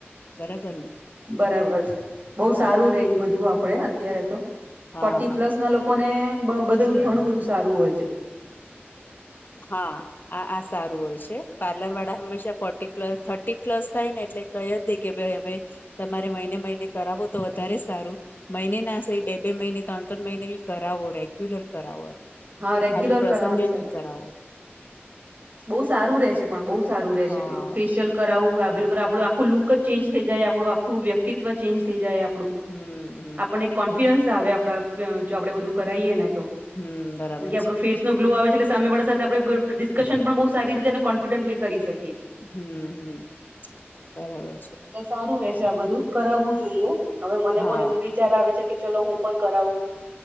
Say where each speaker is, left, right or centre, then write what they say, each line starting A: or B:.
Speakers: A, on the left; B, on the right.
A: બરાબર ને
B: બરાબર છે બહ
A: હા
B: સારું રે એ બધું આપડે અત્યારે તો ફોર્ટી
A: હા હા
B: પ્લસ ના લોકોને બધું ઘણું બધું સારું હોય છે.
A: હા આ આ સારું હોય છે, પાર્લર વાળા હંમેશા ફોર્ટી પ્લસ થર્ટી પ્લસ થાય ને એટલે કહી જ નહી કે ભાઈ હવે તમારે મહિને મહિને કરાવો તો વધારે સારું મહિને ના <unintelligible> બે બે મહિને ત્રણ ત્રણ મહિનેી કરાવો રેગ્યુલર કરાવો એમ.
B: હા રેગ્યુલર
A: ખાલી પ્રસંગે
B: કરાવવાની સલાહ
A: નહી કરાવો.
B: <unintelligible> સારું રે છે, પણ બહુ સારું રે
A: હા
B: છે, ફેશિયલ કરાવું આું
A: હા
B: કર આપડું આખું લુક જ ચેન્જ થઈ જાય આપણું આખું વ્યક્તિત્વ ચેન્જ થઈ જાય આપણું
A: હમ હમ
B: આપને કો આવે આપ જો આપડે બધું કરાવએ ને તો
A: હમ બરાબર
B: કારણ કે <unintelligible> આપણ ફે <unintelligible> છે, એટલે સામે વાળા સાથે આપણે ડિસ્કશન પણ બહુ સારી રીતે અને કોન્ફિડન્ટલી કરી શકીએ.
A: હમ હમ બરાબર છે.
B: એટલે સારું રે છે, આ બધું કરાવવું જોઈએ હવે મને
A: હા
B: પણ એવું રી વિચાર આવે છે, કે ચલો હું પણ કરાવું